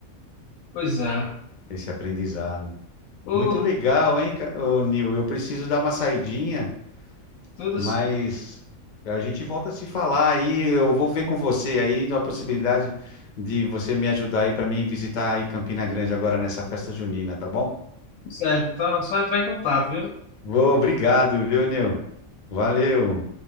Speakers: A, on the left (about 75°); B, on the left (about 45°).
A: Pois é.
B: esse aprendizado.
A: Ô,
B: Muito legal, hein, ca- ô, Nil? Eu preciso dar uma saidinha,
A: tudo
B: mas a gente volta a se falar aí. Eu vou ver com você aí uma possibilidade de você me ajudar aí para mim visitar aí Campina Grande agora nessa festa junina, tá bom?
A: certo. Então, é só entrar em contato, viu?
B: Ô, obrigado, viu, Nil? Valeu.